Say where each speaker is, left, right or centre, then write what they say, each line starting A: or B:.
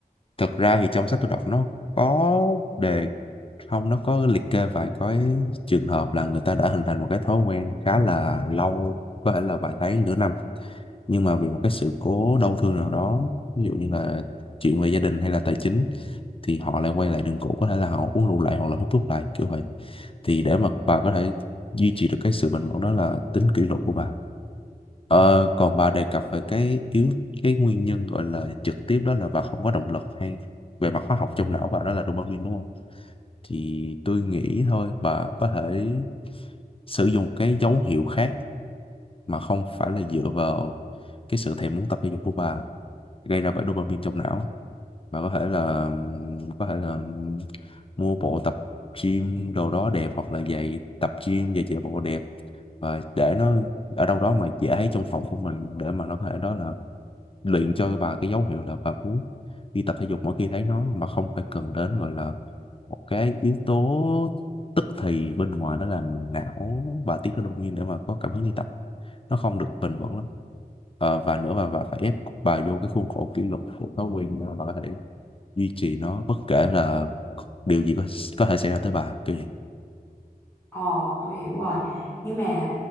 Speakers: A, on the left; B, on the left.
A: thật ra thì trong sách tôi đọc nó có đề không nó có liệt kê vài cái trường hợp là người ta đã hình thành một cái thói quen khá là lâu có thể là vài tháng nửa năm nhưng mà vì một cái sự cố đau thương nào đó ví dụ như là chuyện về gia đình hay là tài chính thì họ lại quay lại đường cũ có thể là họ uống rượu lại hoặc là hút thuốc lại kiểu vậy thì để mà bà có thể duy trì được cái sự bình ổn đó là tính kỷ luật của bà Ờ, còn bà đề cập về cái yếu cái nguyên nhân gọi là trực tiếp đó là bà không có động lực hay về mặt hóa học trong não bà đó là dopamine đúng không? Thì tôi nghĩ thôi bà có thể sử dụng cái dấu hiệu khác mà không phải là dựa vào cái sự thèm muốn tập thể dục của bà gây ra bởi dopamine trong não. Bà có thể là có thể là mua bộ tập gym đồ đó đẹp hoặc là giày tập gym giày chạy bộ đẹp và để nó ở đâu đó mà dễ thấy trong phòng của mình để mà nó có thể đó là luyện cho bà cái dấu hiệu là bà muốn đi tập thể dục mỗi khi thấy nó mà không phải cần đến gọi là một cái yếu tố tức thì bên ngoài đó là não bà tiết ra dopamine để mà có cảm hứng đi tập nó không được bền vững lắm Ờ, và nữa bà, bà phải ép bà vô cái khuôn khổ kỷ luật của thói quen để bà có thể duy trì nó bất kể là điều gì có có thể xảy ra tới bà kiểu gì
B: Ờ, tôi hiểu rồi. Nhưng mà